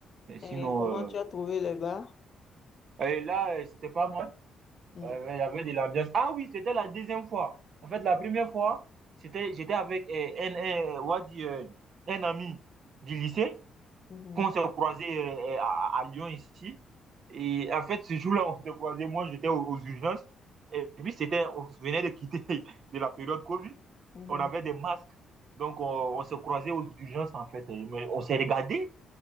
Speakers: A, on the right; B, on the left.
A: Mais sinon,
B: Et comment tu
A: euh,
B: as trouvé le bar?
A: et là, euh, c'était pas mal.
B: Mhm.
A: Ouais, ouais, il y avait de l'ambiance. Ah oui, c'était la deuxième fois. En fait, la première fois, c'était, j'étais avec euh, un, un- euh, on va dire, euh, un ami du lycée
B: Mhm.
A: qu'on s'est croisé euh, euh, à, à Lyon ici. Et en fait, ce jour-là, on s'est croisé. Moi, j'étais aux, aux urgences. Et puis, c'était, on venait de quitter <laughs> de la période Covid.
B: Mhm.
A: On avait des masques. Donc, on, on s'est croisé aux urgences, en fait. Mais on s'est regardé.